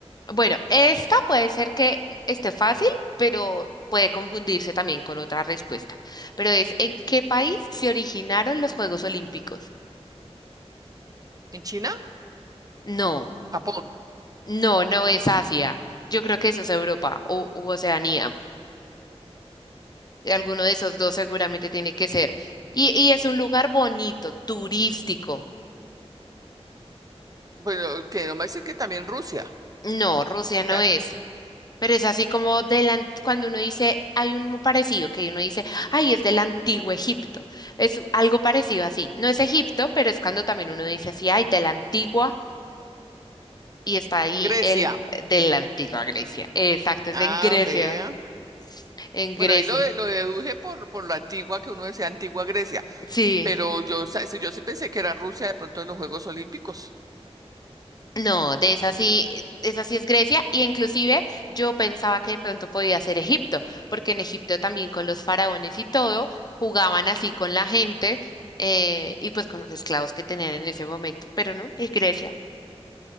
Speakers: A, on the left (about 40°); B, on the right (about 35°).
A: bueno, esta puede ser que esté fácil, pero puede confundirse también con otra respuesta. Pero es, ¿en qué país se originaron los Juegos Olímpicos?
B: en China,
A: No.
B: Japón,
A: No, no es Asia. Yo creo que eso es Europa o u Oceanía. Alguno de esos dos seguramente tiene que ser. Y, y es un lugar bonito, turístico.
B: bueno, que no me dicen que también Rusia,
A: No, Rusia no
B: o
A: es. Pero es así como del an- cuando uno dice, hay un parecido, que uno dice, ay, es del antiguo Egipto. Es algo parecido así. No es Egipto, pero es cuando también uno dice así, ay, de la antigua, y está ahí
B: Grecia.
A: el eh, de la antigua Grecia. Exacto, es
B: Ah,
A: en Grecia,
B: vea.
A: en Grecia.
B: Bueno, ahí lo, de- lo deduje por, por lo antigua que uno decía, antigua Grecia.
A: Sí.
B: Pero yo, sa- sí, yo sí pensé que era Rusia de pronto en los Juegos Olímpicos.
A: No, de esa sí, esa sí es Grecia, y inclusive yo pensaba que de pronto podía ser Egipto, porque en Egipto también con los faraones y todo jugaban así con la gente eh, y pues con los esclavos que tenían en ese momento, pero no, es Grecia,